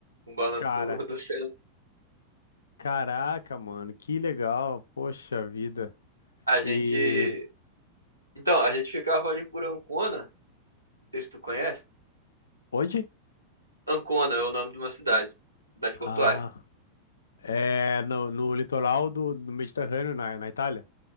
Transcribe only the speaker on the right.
no balanço
do, do oceano.
A gente,
então, a gente ficava ali por Ancona, não sei se tu conhece.
Ancona é o nome de uma cidade, cidade
portuária.